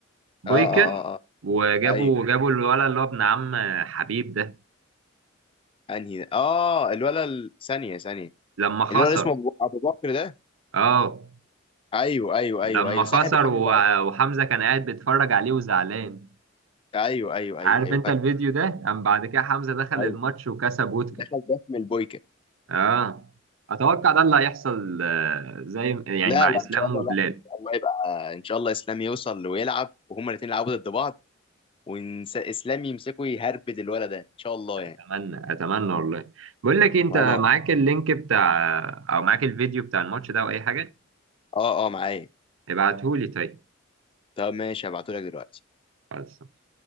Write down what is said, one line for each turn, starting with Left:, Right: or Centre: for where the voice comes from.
Right: بويكا
Left: اه اه اه
Right: وجابوا
Left: ايوه
Right: جابوا الولد اللي هو ابن عم حبيب ده
Left: انهي ده اه الولا ال- ثانيه ثانيه
Right: لما خسر
Left: الولا اسمه ابو أبو بكر ده
Right: اه
Left: ايوه ايوه
Right: لما
Left: ايوه ايوه
Right: خسر
Left: صاحب حمزه
Right: و-
Left: أصلاً.
Right: وحمزة كان قاعد بيتفرج عليه وزعلان
Left: ايوه ايوه ايوه
Right: عارف
Left: ايوه
Right: انت
Left: فاكر
Right: الفيديو ده قام بعد كده حمزة دخل
Left: ايوه
Right: الماتش وكسب وودكر
Left: دخل باسم البويكا
Right: اه اتوقع ده اللي هيحصل آه، زي يعني
Left: لا
Right: مع
Left: لا
Right: اسلام
Left: ان شاء الله
Right: وبلاد
Left: لا الله يبقى ان شاء الله اسلام يوصل ويلعب وهما الاثنين يلعبوا ضد بعض واسلام يمسكه يهربد الولد ده ان شاء الله
Right: اتمنى
Left: يعني
Right: اتمنى والله بقول لك إيه، انت
Left: وانا
Right: معاك
Left: والله
Right: اللينك بتاع او معاك الفيديو بتاع الماتش ده او اي حاجة
Left: اه اه معايا
Right: ابعتهولي طيب
Left: طب ماشي هبعتهولك دلوقتي
Right: خلاص